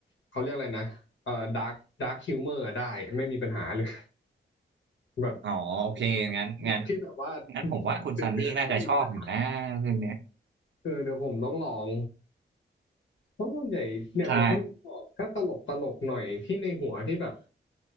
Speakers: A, on the left (about 80°); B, on the right (about 70°).
A: เขาเรียกอะไรนะเอ่อดาร์กดาร์คฮิวเมอร์ได้ไม่มีปัญหาเลยแบบ
B: อ๋อโอเคงั้นงั้น
A: มุกที่แบบว่า
B: งั้นผมว่าคุณซันนี่น่าจะชอบอยู่นะเรื่องเนี้ย
A: เดือดเดือดอะไม่มีปัญหาเออเดี๋ยวผมต้องลองเพราะส่วนใหญ่เนี่ยผมเพิ่งบอกถ้าตลกตลกหน่อยที่ในหัวที่แบบ
B: ใช่